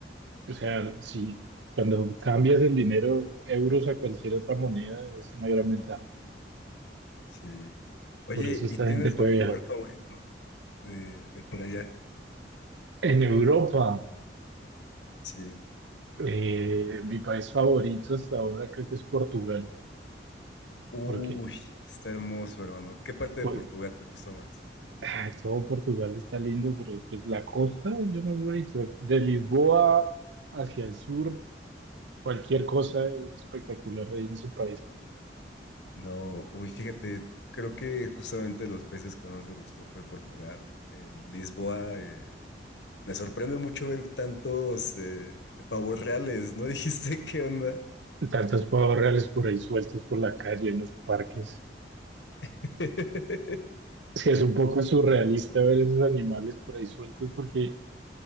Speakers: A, on the right (about 85°); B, on the left (about 80°).
A: o sea, si cuando cambias el dinero euros a cualquier otra moneda es una gran ventaja.
B: sí. Oye,
A: Por eso esta
B: ¿y tienes
A: gente puede
B: algún
A: viajar.
B: lugar favorito de, de por allá?
A: En Europa,
B: Sí.
A: eh, mi país favorito hasta ahora creo que es Portugal,
B: Uy,
A: porque
B: está hermoso, hermano. ¿Qué parte
A: por-
B: de Portugal te gustó más?
A: Ah, Todo Portugal está lindo, pero pues la costa es lo más bonito. De Lisboa hacia el sur, cualquier cosa es espectacular ahí en su país.
B: No, uy, fíjate, creo que justamente los países que más me gustó fue Portugal. En Lisboa, eh, me sorprende mucho ver tantos eh, pavos reales, ¿no <laughs> dijiste qué onda?
A: Tantos pavos reales por ahí sueltos por la calle, en los parques.
B: <laughs>
A: Es que es un poco surrealista ver esos animales por ahí sueltos, porque